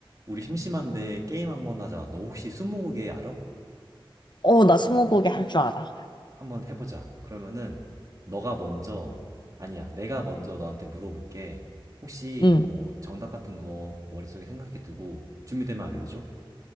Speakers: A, on the right; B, on the left.
A: 우리 심심한데 게임 한번 하자. 너 혹시 스무고개 알아?
B: 어, 나 스무고개 할 줄 알아.
A: 한번 해보자. 그러면은 너가 먼저 아니야. 내가 먼저 너한테 물어볼게. 혹시
B: 응.
A: 뭐 정답 같은 거 머릿속에 생각해 두고 준비되면 알려줘.